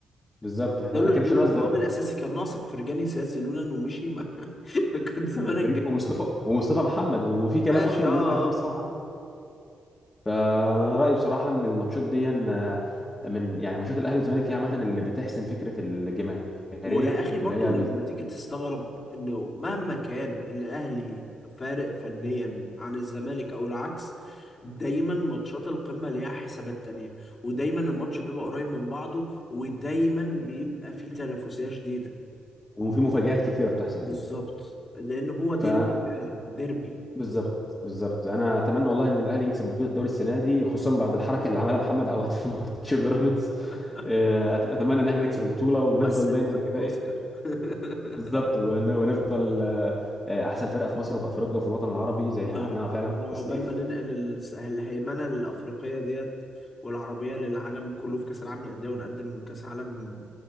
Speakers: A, on the left; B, on the left.
A: بالظبط احنا
B: دول
A: ما كانش
B: دول
A: ناس
B: القوام
A: غير
B: الاساسي كان ناقصك فرجاني ساسي لولا انه مشي ما <laughs> كنت زمانك
A: فريق
B: جاي.
A: ومصطفى ومصطفى محمد وفي كلام
B: ماشي
A: اصلا
B: اه
A: ان هم عايزين
B: اه
A: مصطفى محمد فانا رايي بصراحه ان الماتشات دي آه، من يعني ماتشات الاهلي والزمالك هي عامه اللي بتحسم فكره الجماهيريه
B: ويا اخي برضو
A: اللي هي
B: لما
A: بي...
B: تيجي تستغرب انه مهما كان الاهلي فارق فنيا عن الزمالك او العكس دايما ماتشات القمة ليها حسابات تانية ودايما الماتش بيبقى قريب من بعضه ودايما بيبقى فيه تنافسية شديدة
A: وفي مفاجآت كتيره بتحصل
B: بالظبط
A: فيه
B: لان هو ديربي
A: ف
B: فعلا ديربي
A: بالظبط بالظبط انا اتمنى والله ان الاهلي يكسب بطوله الدوري السنه دي خصوصا بعد الحركه اللي عملها محمد عواد في ماتش بيراميدز
B: <laughs>
A: آه، أت- اتمنى ان احنا نكسب البطوله ونفضل
B: ممثل
A: دايما
B: اللي اخد
A: كده
B: اوسكار
A: ايه
B: <laughs>
A: بالظبط ون- ونفضل آه، آه، احسن فرقه في مصر وفي افريقيا وفي الوطن العربي زي
B: يا
A: ما احنا
B: رب
A: فعلا
B: امين
A: في التصنيف
B: وعقبال ما ننقل الس- الهيمنه الافريقيه ديت والعربيه للعالم كله في كاس العالم للانديه ونقدم كاس عالم